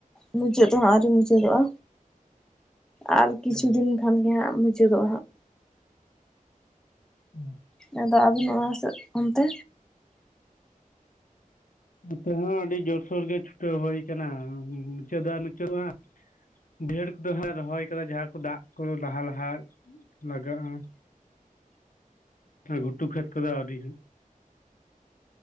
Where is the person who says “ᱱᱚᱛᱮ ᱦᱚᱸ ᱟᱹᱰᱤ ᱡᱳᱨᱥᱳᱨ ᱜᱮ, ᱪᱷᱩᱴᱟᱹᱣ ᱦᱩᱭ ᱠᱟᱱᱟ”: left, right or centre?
Left